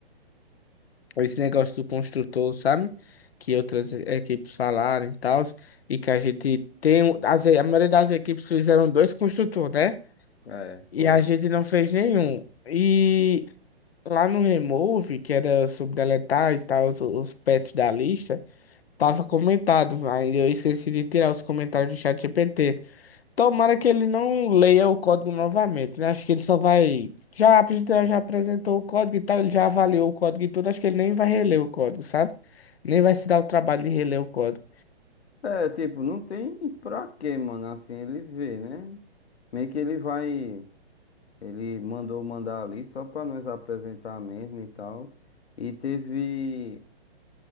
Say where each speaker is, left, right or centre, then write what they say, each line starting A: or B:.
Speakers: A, on the left (about 70°); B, on the left (about 85°).
A: esse negócio do construtor, sabe? Que outras equipes falaram e tal, e que a gente tem. um- As, a maioria das equipes fizeram dois construtores, né?
B: É,
A: E
B: foi.
A: a gente não fez nenhum. E lá no Remove, que era sobre deletar e tal, os, os pets da lista, tava comentado. Ainda eu esqueci de tirar os comentários do chat GPT. Tomara que ele não leia o código novamente, né? Acho que ele só vai. Já, a pessoa já apresentou o código e tal, ele já avaliou o código e tudo. Acho que ele nem vai reler o código, sabe? Nem vai se dar o trabalho de reler o código.
B: É, tipo, não tem pra quê, mano, assim, ele vê, né? Meio que ele vai, ele mandou mandar ali só pra nós apresentar mesmo e tal. E teve,